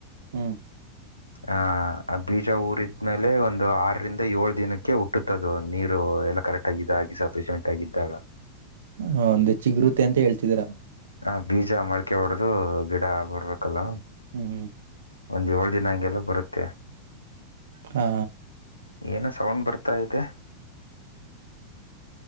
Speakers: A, on the right; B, on the left.
A: ಹ್ಮ್
B: <inaudible> ಆ ಬೀಜ ಊರಿದ್ಮೇಲೆ ಒಂದು ಆರರಿಂದ ಏಳ ದಿನಕ್ಕೆ ಹುಟ್ಟುತ್ತದು ನೀರು ಎಲ್ಲ ಕರೆಕ್ಟ್ ತಗಿದಾಗಿ ಸಫಿಷಿಯೆಂಟ್ ಆಗಿದ್ದಾಗ
A: ಹ ಒಂದೆ ಚಿಗ್ರುತೆೆ ಅಂತ ಹೇಳ್ತಿದೀರಾ
B: ಆ ಬೀಜ ಮಳಕೆ ಹೊಡ್ದ ಗಿಡ ಆ ಬರ್ಬೇಕಲ್ಲ
A: ಹ್ಮ್ ಹ್ಮ
B: ಒಂದ್ ಏಳು ದಿನ ಹಂಗೆಲ್ಲ ಬರುತ್ತೆ
A: ಹಾ
B: ಏನು ಸೌಂಡ್ ಬರ್ತಾ ಇದೆ